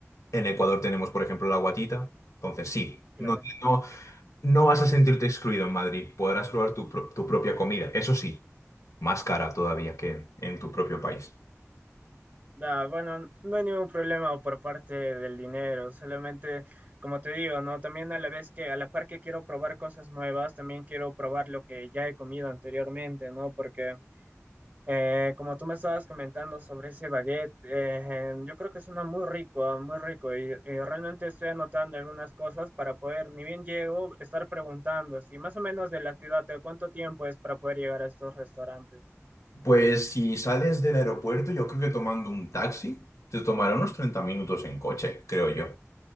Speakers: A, on the left; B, on the right.
A: En Ecuador tenemos, por ejemplo, la guatita. Entonces, sí,
B: claro.
A: no, no, no vas a sentirte excluido en Madrid. Podrás probar tu, pro- tu propia comida. Eso sí más cara todavía que en tu propio país.
B: Da, bueno, no hay ningún problema por parte del dinero, solamente, como te digo, ¿no? También a la vez que, a la par que quiero probar cosas nuevas, también quiero probar lo que ya he comido anteriormente, ¿no? Porque, eh, como tú me estabas comentando sobre ese baguette, eh, yo creo que suena muy rico, ah, muy rico, y, y realmente estoy anotando algunas cosas para poder, ni bien llego, estar preguntando así, más o menos de la ciudad, ¿de cuánto tiempo es para poder llegar a estos restaurantes?
A: Pues si sales del aeropuerto, yo creo que tomando un taxi te tomará unos 30 minutos en coche, creo yo.